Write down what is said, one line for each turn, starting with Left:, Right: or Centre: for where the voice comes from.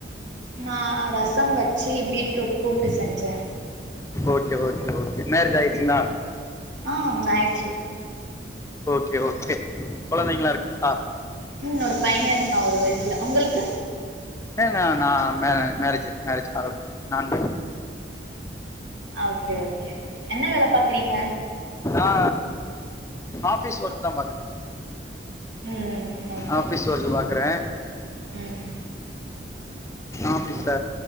Right: நா ரசம் வச்சு பீட்ரூட் கூட்டு செஞ்சே
Left: ஓகே ஓகே ஓகே மேரேஜ் ஆயிடுச்சுங்களா
Right: ஆ ஒன்னாய்ச்சி
Left: ஓகே ஓகே கொழந்தைங்களா இருக்கா
Right: உம் ஒரு பைய இருக்கா ஒரு வயசுல உங்களுக்கு
Left: ஏ ந நா மே மேரேஜ் மேரேஜ் ஆகல நான்
Right: ஓகே ஓகே என்ன வேல பாக்குறீங்க
Left: ஆ ஆபீஸ் ஒர்க் தா பாக்குற
Right: ம் ஓகே
Left: ஆபீஸ்
Right: ஓகே
Left: ஒர்க் பாக்குற
Right: ம்
Left: ஆபீஸ்ல